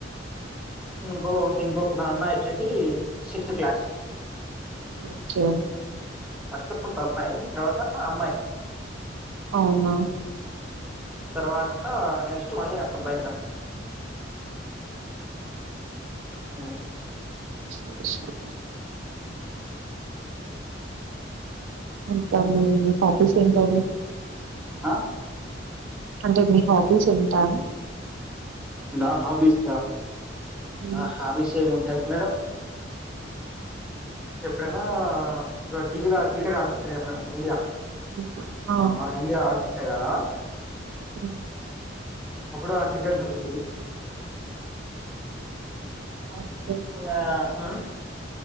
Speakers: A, in the centre; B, on the right (about 80°).
A: ఇంకో ఇంకోక మన అమ్మాయి వచ్చేసి సిక్స్త్ క్లాస్
B: ఓకే.
A: అష్టో అబ్బాయి తర్వాత అమ్మాయి
B: అవునా
A: తర్వాత నెక్స్ట్ మళ్ళీ అబ్బాయి మడం అ
B: <unintelligible> ఇకా మీ హాబీస్ ఏ టైమ్
A: ఆ
B: అంటే మీ హాబీస్ ఏంటా
A: నా హాబీస్
B: హ్మ్.
A: నా హాబీస్ ఏమింటది మేడం ఎప్పుడనా టీవలో క్రికెట్ అడతు మేడండియా
B: హ్మ్. ఆ!
A: మన ఇండియా ఆడుతయి కదా
B: అ
A: అప్పుడు ఆ క్రికెట్ చూసారు
B: ఓకే.
A: అ